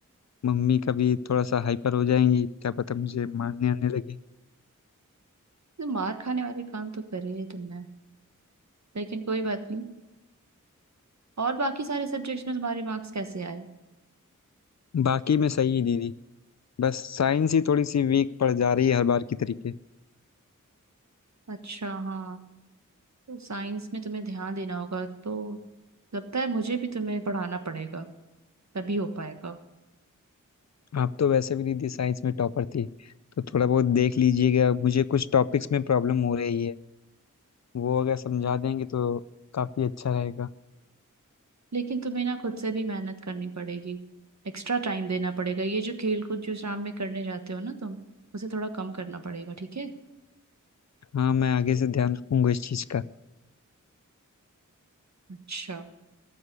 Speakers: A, on the left (about 55°); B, on the right (about 60°).
A: मम्मी कभी थोड़ा सा हाइपर हो जाएंगी क्या पता मुझे मारने आने लगे
B: तो मार खाने वाले काम तो करे है तुमने लेकिन कोई बात नहीं और बाकी सारे सब्जेक्ट्स में तुम्हारे मार्क्स कैसे आए
A: बाकी मैं सही ही दीदी बस साइंस ही थोड़ी सी वीक पड़ जा रही है हर बार की तरीके
B: अच्छा हाँ तो साइंस में तुम्हें ध्यान देना होगा तो लगता है मुझे भी तुम्हें पढ़ाना पड़ेगा तभी हो पाएगा
A: आप तो वैसे भी दीदी साइंस में टॉपर थी तो थोड़ा बहुत देख लीजिएगा मुझे कुछ टॉपिक्स में प्रॉब्लम हो रही है वो अगर समझा देंगे तो काफ़ी अच्छा रहेगा
B: लेकिन तुम्हें ना खुद से भी मेहनत करनी पड़ेगी एक्स्ट्रा टाइम देना पड़ेगा ये जो खेल कूद जो शाम में करने जाते हो ना तुम उसे थोड़ा कम करना पड़ेगा ठीक है
A: हाँ मैं आगे से ध्यान रखूंगा इस चीज़ का
B: अच्छा